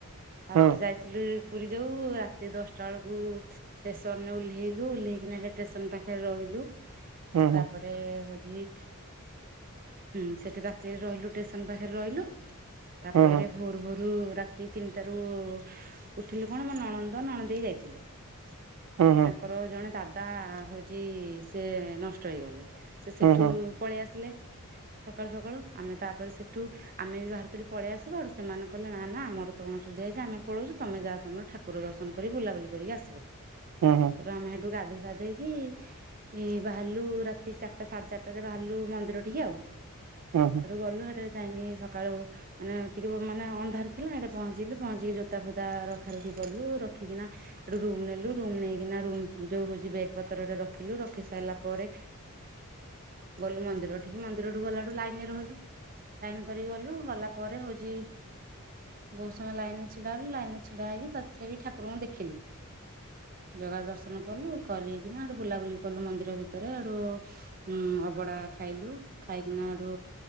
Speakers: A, on the right (about 40°); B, on the right (about 80°).
A: ଫାଷ୍ଟ
B: ହୁଁ
A: ଯାଇଥିଲୁ ପୁରୀ ଯୋଉ, ରାତି ଦଶଟା ବେଳକୁ ଷ୍ଟେସନରେ ଓହ୍ଲେଇଲୁ, ଓହ୍ଲାଇକିନା ସେ ଷ୍ଟେସନ ପାଖରେ ରହିଲୁ।
B: ହୁଁ।
A: ତାପରେ ହଉଛି ହୁଁ, ସେଠି ରାତିରେ ରହିଲୁ ଷ୍ଟେସନ ପାଖରେ ରହିଲୁ ତାପରେ
B: ହୁଁ
A: ଭୋରୁ ଭୋରୁ ରୁ ରାତି ତିନିଟା ରୁ ଉଠିଲୁ କଣ ମୋ ନଣନ୍ଦ ନଣଦେଇେ ଯାଇଥିଲେ। ତାଙ୍କର
B: ହୁଁ ହୁଁ
A: ଜଣେ ଦାଦା ହଉଚି ସେ ନଷ୍ଟ ହେଇଗଲେ। ସେ
B: ହୁଁ
A: ସେଠୁ
B: ହୁଁ
A: ପଳେଇ ଆସିଲେ।
B: <unintelligible>
A: ସକାଳୁ ସକାଳୁ ଆମେ ତାପରେ ସେଠୁ ଆମେ ବି ବାହାରିଥିଲୁ ପଳେଇଆସିବୁ। ସେମାନେ କହିଲେ ନା ନା ଆମର ତ ଅଣସୁଧିଆ- ଇକା ଆମେ ପଳଉଛୁ ତମେ ଯାହା ତମର ଠାକୁର ଦର୍ଶନ କରି ବୁଲାବୁଲି କରିକି ଆସିବ।
B: ହୁଁ
A: ସେଠୁ ଆମେ ଗାଧେଇ ଫାଧେଇକି ଇଁ ବାହାରିଲୁ ରାତି ଚାରିଟା ସାଢେ ଚାରିଟାରେ ବାହାରିଲୁ ମନ୍ଦିର ଠିକି ଆଉ।
B: ହୁଁ ହୁଁ
A: ସେଠୁ ଗଲୁ ସେଠକି ଯାଇକି ସକାଳୁ ମାନେ ଟିକେ ମାନେ ଅନ୍ଧାର ଥିଲା ସେଠି ପହଞ୍ଚିଲୁ ପହଞ୍ଚିକି ଜୋତା ଫୋତା ରଖା ରଖି କଲୁ ରଖିକିନା <unintelligible> ରୁମ ନେଲୁ, ରୁମ ନେଇକିନା ରୁମ ଯୋଉଁ ହଉଛି ବେଗ ପତ୍ରରେ ରଖିଲୁ, ରଖି ସାରିଲା ପରେ
B: <unintelligible>
A: ଗଲୁ ମନ୍ଦିର ଟି। ମନ୍ଦିରଠୁ ଗଲାଠୁ ଲାଇନରେ ରହିଲୁ, ଲାଇନ କରିକି ଗଲୁ, ଗଲା ପରେ ହଉଚି ବହୁତ ସମୟ ଲାଇନରେ ଛିଡାହେଲୁ, ଲାଇନରେ ଛିଡା ହେଇକି ତଥାପି ଠାକୁରଙ୍କୁ ଦେଖିଲୁ।
B: <unintelligible>
A: ଜଗା ଦର୍ଶନ କଲୁ କରିକିନା ସେଠୁ ବୁଲାବୁଲି କଲୁ ମନ୍ଦିର ଭିତରେ ସେଠୁ ଉଁ ଅଭଡ଼ା ଖାଇଲୁ। ଖାଇକିନା ସେଠୁ